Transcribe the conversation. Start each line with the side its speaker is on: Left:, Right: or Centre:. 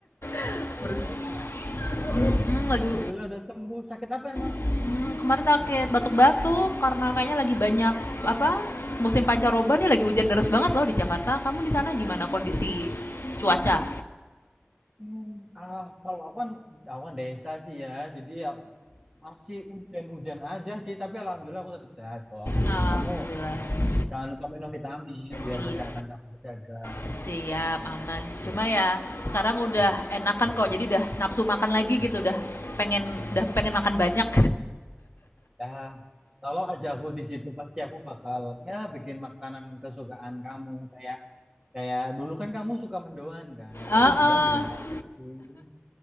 Left: <laughs>
Right: Oh
Left: terus
Right: sakit.
Left: Hmm, lagi
Right: Alhamdulillah udah sembuh. Sakit apa emang?
Left: hmm, kemarin sakit batuk-batuk karena kayaknya lagi banyak apa musim pancaroba nih lagi hujan deras banget loh di Jakarta. Kamu di sana gimana kondisi cuaca?
Right: Hmm, ah, kalau aku kan awan desa sih ya, jadi ya masih hujan-hujan aja sih. Tapi Alhamdulillah aku tetap sehat kok.
Left: Alhamdulillah.
Right: Kamu jangan lupa minum vitamin biar
Left: Iya.
Right: kesehatan kamu terjaga.
Left: Siap, aman. Cuma ya sekarang udah enakan kok. Jadi udah nafsu makan lagi gitu, udah pengen udah pengen makan banyak.
Right: Ya, kalau aja aku di situ pasti aku bakal ya bikin makanan kesukaan kamu kayak Kayak dulu kan kamu suka mendoan kan,
Left: <laughs> Heeh.
Right: tapi mendoan bikin batik sih.